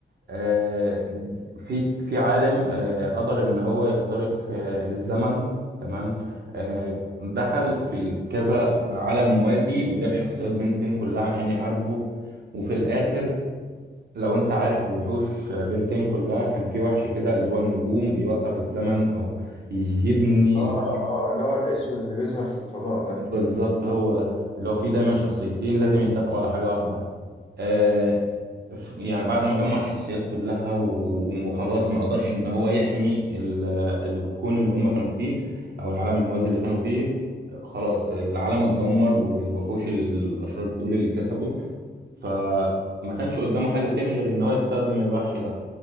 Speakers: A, on the right (about 60°); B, on the left (about 30°).
A: آه، في في عالم آه، قدر إن هو يخترق آه، الزمن تمام آه، دخل في كذا عالم موازي وجاب شخصيات بنتين كلها عشان يحاربوا وفي الآخر لو أنت عارف وحوش بنتين كلها كان في وحش كده اللي هو النجوم بيوقف الزمن أو يبني
B: اه اه اللي هو الاسود اللي بيظهر في الفضاء ده
A: بالظبط هو ده اللي هو فيه دايما شخصيتين لازم يتفقوا على حاجة واحدة آه ف- يعني بعد ما جمع الشخصيات كلها و- وخلاص ما قدرش ان هو يحمي ال- الكون اللي هم كانوا فيه او العالم الموازي اللي كانوا فيه خلاص العالم اتدمر والوحوش الاشرار دول اللي كسبوا فما كانش قدامه حل تاني غير ان هو يستخدم الوحش ده